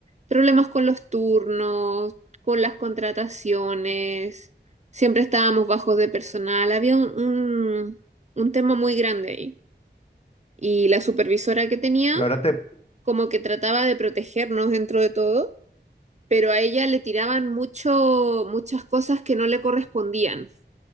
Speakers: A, on the right; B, on the left.
A: problemas con los turnos, con las contrataciones, siempre estábamos bajos de personal, había un, un, un tema muy grande ahí. Y la supervisora que tenía
B: Y ahora te...
A: como que trataba de protegernos dentro de todo pero a ella le tiraban mucho, muchas cosas que no le correspondían,